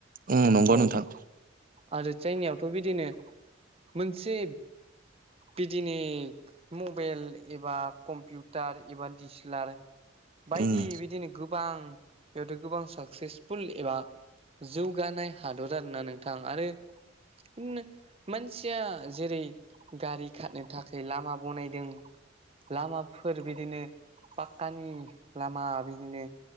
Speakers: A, on the right (about 45°); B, on the right (about 30°).
A: ओ नंगौ
B: औ
A: नोंथां।
B: आरो चाइनायआवथ' बिदिनो मोनसे बिदिनिक मबेल एबा कम्पिउटार एबा डिसिलार बायदि
A: उम
B: बिदिनो गोबां बेयावथ' गोबां साक्सेसफुल एबा। जौगानाय हादर आरोना नोंथां आरो होन्नो मानसिया जेरै गारि खारनो थाखाय लामा बनायदों लामाफोर बिदिनो पाक्कानि लामा बिदिनो